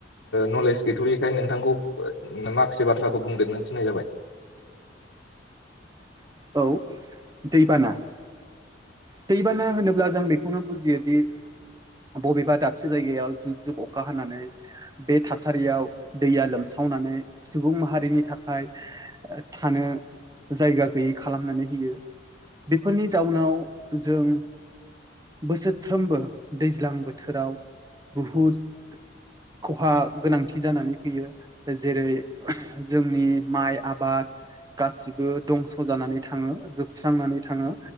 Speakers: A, on the left (about 75°); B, on the right (about 20°).
A: नलेज गैथ'यैखाय नोंथांखौ माखासे बाथ्राखौ बुंदेरनो थिन्नाय जाबाय।
B: औ दैबाना दै बाना होनोब्ला जों बेखौनो बुजियोदि बबेबा दाबसे जायगायाव जुब जुब अखा हानानै बे थासारियाव दैया लोमसावनानै सुबुं माहारिनि थाखाय थानो जायगा गैयै खालामनानै होयो। बेफोरनि जाउनाव जों बोसोरफ्रोमबो दैज्लां बोथोराव बहुद खहा गोनांथि जानानै फैयो। जेरै जोंनि माइ आबाद गाससि बो दंस' जानानै थाङो, जोबस्रांनानै थाङो।